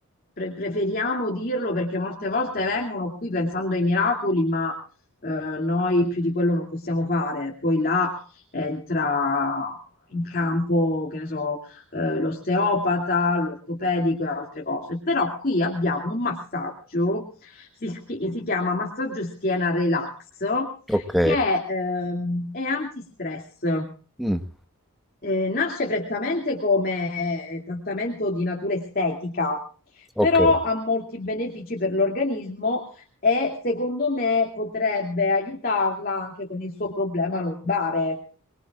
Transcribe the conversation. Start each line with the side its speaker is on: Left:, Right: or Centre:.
Left: pre- preferiamo dirlo perché molte volte vengono qui pensando ai miracoli, ma eh, noi più di quello non possiamo fare. Poi là entra in campo, che ne so eh, l'osteopata, l'ortopedico e altre cose. Però qui abbiamo un massaggio, si, schi- si chiama massaggio schiena relax,
Centre: Ok,
Left: che ehm, è antistress.
Centre: mm,
Left: Eh, nasce prettamente come trattamento di natura estetica,
Centre: ok.
Left: però ha molti benefici per l'organismo e secondo me potrebbe aiutarla anche con il suo problema lombare.